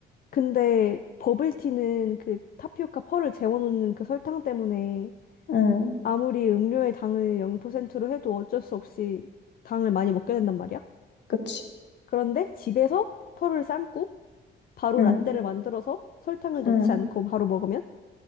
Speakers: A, on the left (about 45°); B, on the left (about 60°).
A: 근데 버블티는 그 타피오카 펄을 재워놓는 그 설탕 때문에
B: 음,
A: 아무리 음료의 당을 0%로 해도 어쩔 수 없이 당을 많이 먹게 된단 말이야.
B: 그치.
A: 그런데 집에서 펄을 삶고 바로
B: 음,
A: 라떼를 만들어서 설탕을 넣지
B: 음,
A: 않고 바로 먹으면